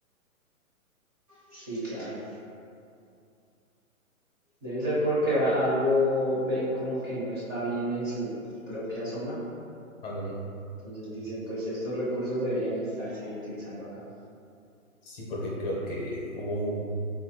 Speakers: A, on the right; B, on the left.
A: sí, claro. Debe ser porque a- algo ven como que no está bien en su propia zona.
B: Ándale.
A: Entonces dicen, pues estos recursos deberían estarse utilizando acá.
B: Sí, porque creo que hubo un